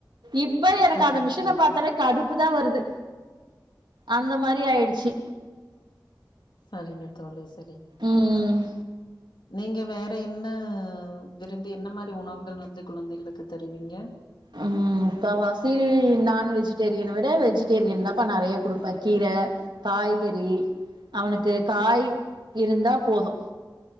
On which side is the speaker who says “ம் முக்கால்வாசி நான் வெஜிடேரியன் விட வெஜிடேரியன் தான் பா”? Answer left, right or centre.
Right